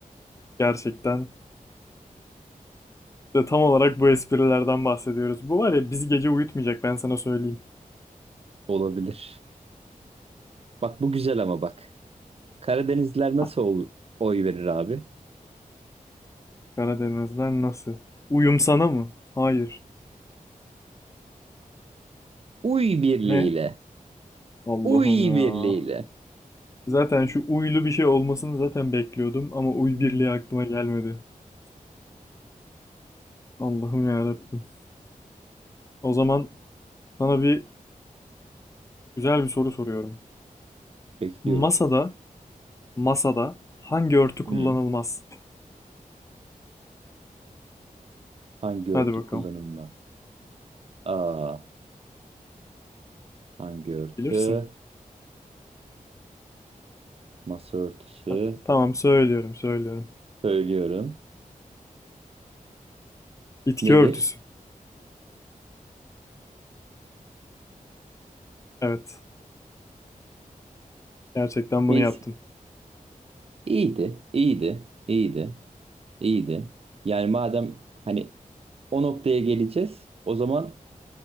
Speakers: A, on the left; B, on the right.
A: Gerçekten. İşte tam olarak bu esprilerden bahsediyoruz. Bu var ya bizi gece uyutmayacak ben sana söyleyeyim.
B: olabilir. Bak bu güzel ama bak. Karadenizliler nasıl
A: Ha,
B: ol- oy verir abi?
A: Karadeniz'den nasıl? Uyum sana mı? Hayır.
B: Uy birliğiyle.
A: Ne? Allah'ım
B: Uy
A: ya.
B: birliğiyle.
A: Zaten şu uylu bir şey olmasını zaten bekliyordum ama uy
B: Hı.
A: birliği aklıma gelmedi. Allah'ım ya Rabbim. O zaman sana bir güzel bir soru soruyorum.
B: Bekliyorum.
A: Masada, masada hangi örtü kullanılmaz?
B: Hı. Hangi örtü
A: Hadi bakalım.
B: kullanılmaz? A. Hangi örtü?
A: Bilirsin.
B: Masa örtüsü.
A: Ha, Tamam söylüyorum söylüyorum.
B: Söylüyorum.
A: Bitki
B: Nedir?
A: örtüsü. Evet. Gerçekten bunu
B: Neyse.
A: yaptım.
B: İyiydi. İyiydi. İyiydi. İyiydi. Yani madem hani o noktaya geleceğiz, o zaman